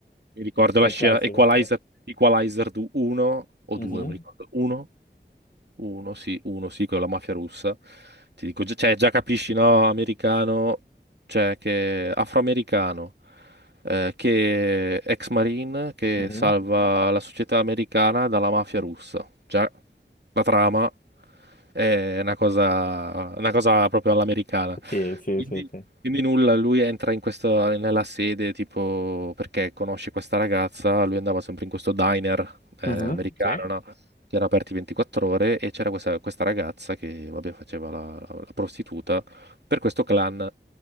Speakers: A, on the right (about 65°); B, on the left (about 45°).
A: Mi ricordo
B: dal
A: la scena
B: classico
A: Equalizer,
B: attore.
A: Equalizer 1 o
B: Mhm,
A: 2, mi ricordo. 1? 1, sì, 1, sì, con la mafia russa. Ti dico, già- cioè, già capisci, no, americano, cioè, che afroamericano, eh, che ex marine, che
B: mhm.
A: salva la società americana dalla mafia russa. Già, la trama. È una cosa, una cosa proprio all'americana.
B: Sì, sì,
A: Quindi,
B: sì, sì.
A: quindi nulla, lui entra in questo, nella sede, tipo, perché conosce questa ragazza, lui andava sempre in questo diner eh,
B: Mhm,
A: americano,
B: Sì.
A: no? Che era aperti 24 ore e c'era questa, questa ragazza che, vabbè, faceva la, la prostituta per questo clan